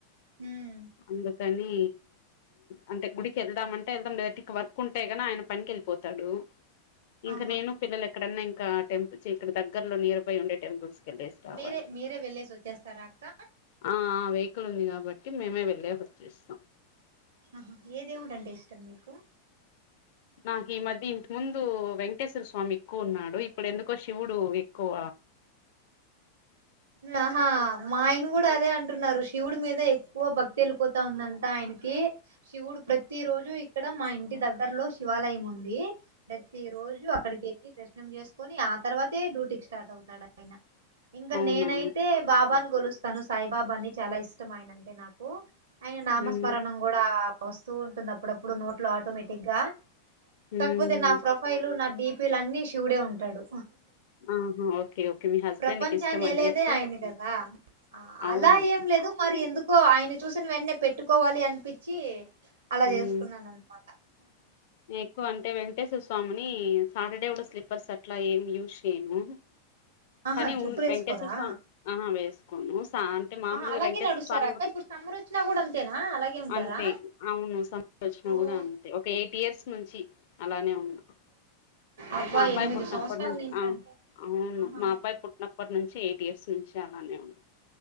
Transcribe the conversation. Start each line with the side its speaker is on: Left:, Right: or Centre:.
Right: హ
Left: అందుకని అంటే గుడికి వెళ్దామంటే వెళ్దాం లేదటికి వర్క్ ఉంటే న ఆయన పనికి వెళ్ళిపోతాడు ఇంకా
Right: ఆహా
Left: నేను పిల్లలు ఎక్కడన్నా ఇం ఇ టెంపుల్ ఇక్క దగ్గర లో నియర్ బై ఉండే టెంపుల్స్ స్ట్వాలి
Right: మీరే మీరే వెళ్ళేసి వచ్చేస్తారా అక్క
Left: ఆ ంది బట్ మేమే వెళ్లే వచ్చేస్తాం
Right: ఆహా ఏదేముడంంటడి ఇష్టం మీకు
Left: నాకు ఈ మధ్య ఇంత ముందు వెంకటేశ్వర స్వామి ఎక్కువ ఉన్నాడు ఇప్పుడు ఎందుకో శివుడు ఎక్కువ
Right: ఆహా మా ఆయన కూడా అదే అంటున్నారు రఋషి శివుడు మీద ఎక్కువ భక్తిలు పోతా ఉందంతా ఆయనకి శివుడు ప్రతి రోజు ఇక్కడ మా ఇంటి దగ్గరలో శివాలయం ఉంది ప్రతి రోజు అక్కడికి వెళ్ళి చేసుకుొని ఆ తర్వాతే డ్యూటీకి స్టార్ట్ అవుతాడు అయినా ఇంక
Left: అవునా
Right: నేనైతే బాబాని గలుస్తా తను సాయిబాబ అని చాలా ఇష్టం ఆయన అంటే నాకు ఆయన నామస్మరణ
Left: ఉమ్
Right: కూడా వస్తూ ఉంటుంది అప్పుడప్పుడు నోట్లు ఆటోమేటిక్ గా
Left: ఉమ్
Right: కాకపోతే నా ప్రొఫైలు నా డీప్ వీళ్ళన్నీ శివుడే ఉంటాడు
Left: ఆహా ఓకే ఓకే మీ హస్బెండ్
Right: ప్రపంచాన్ని
Left: కి ఇష్టం అని
Right: లేదే
Left: చెప్పి
Right: ఆయన కదా
Left: అవును
Right: అలా ఏం లేదు మరి ఎందుకో ఆయన చూసిిన వెంటనే పెట్టుకోవాలి అనిపించి అలా
Left: ఉమ్
Right: చేసుకున్నాను అనమాట
Left: ఎక్కువ అంటే వెంక స్వామిని సాటర్డే లో స్లీపర్స్ అట్లా ఏం యూస్ చేయను
Right: ఆహా
Left: కానీ
Right: చెప్పులేసుకోరా
Left: ఉ వెేంకటేశ్వర స్వామి ఆ వేస్ అవును అంటే మామూలుగా
Right: ఆ అలాగే
Left: వెంకటేశ్వర
Right: నడుస్తారా
Left: స్వామినీ
Right: అక్క
Left: కూడా
Right: ఇప్పుడు సమ్మర్ వచ్చినా కూడా అంతేనా అలాగే ఉంటారా
Left: అంతే అవును స మ్మార్
Right: ఓహో
Left: కూడా అంతే ఒకే ఎయి నుంచి అలానే ఉన్న
Right: అబ్బా
Left: మా అబ్బాయి
Right: ఎనిమిది
Left: పుట్టినప్పటి
Right: సంవత్సరాల
Left: నుంచి
Right: అంటే
Left: అవును
Right: ఆహా
Left: మా అబ్బాయి పుట్టినప్పటి నుంచి ఎయిట్ ఇయర్స్ నుంచి అలానే ఉన్న